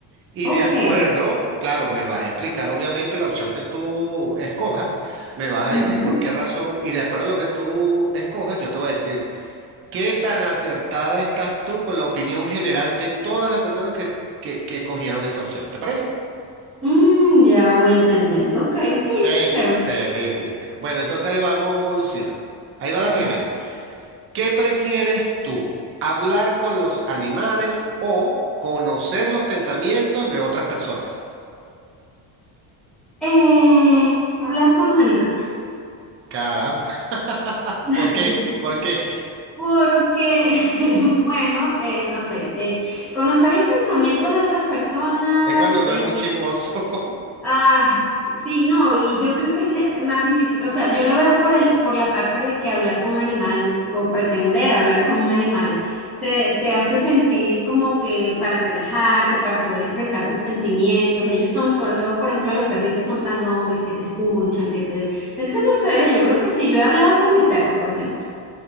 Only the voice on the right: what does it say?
Y
de acuerdo, claro, me vas a explicar obviamente la opción que tú escojas, me vas a
decir por qué razón y de acuerdo a lo que tú escojas, yo te voy a decir ¿Qué tan acertada estás tú con la opinión general de todas las personas que, que, que escogieron esa opción? ¿Te parece?
Excelente.
Bueno, entonces ahí vamos, Lucía. Ahí va la
primera. ¿Qué prefieres tú? ¿Hablar con los animales o conocer los pensamientos de otras personas?
Caramba, <laughs>
¿por qué? Porque
es cuando no
es muy chismoso. <laughs>